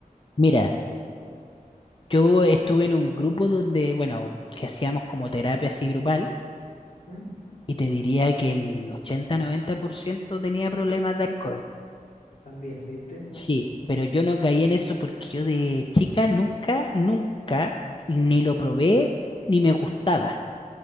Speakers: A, on the left; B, on the left.
A: Mira. Yo estuve en un grupo donde, bueno, que hacíamos como terapia así grupal
B: ¿Mm?
A: y te diría que el 80-90% tenía problemas de alcohol.
B: También, ¿viste?
A: Sí, pero yo no caí en eso porque yo de chica nunca, nunca ni lo probé ni me gustaba.